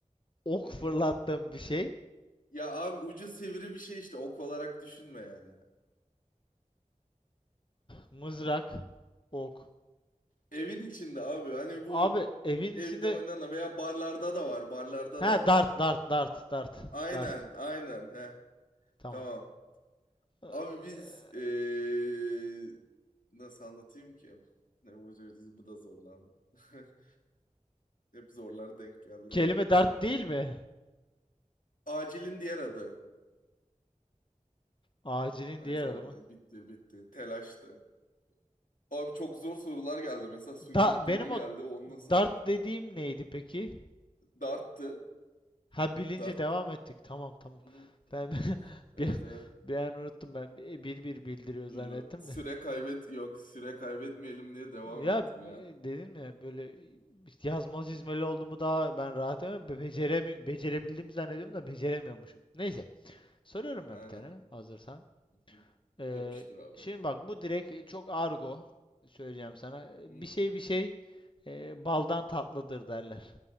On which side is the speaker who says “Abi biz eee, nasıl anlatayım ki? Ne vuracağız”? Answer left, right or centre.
Left